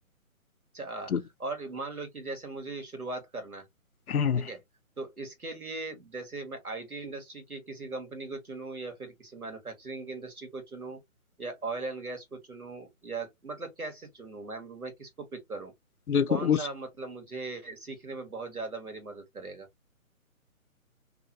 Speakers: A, on the right (about 85°); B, on the left (about 85°).
A: अच्छा आ,
B: तो,
A: और मान लो कि जैसे मुझे शुरुआत करना है
B: हम्म,
A: ठीक है तो इसके लिए जैसे मैं आईटी इंडस्ट्री की किसी कंपनी को चुनूं या फिर किसी मैन्युफैक्चरिंग इंडस्ट्री को चुनूं या ऑयल एंड गैस को चुनूं या मतलब कैसे चुनूं मैं मैं किसको पिक करूं
B: देखो
A: कौन
B: उस
A: सा मतलब मुझे सीखने में बहुत ज्यादा मेरी मदद करेगा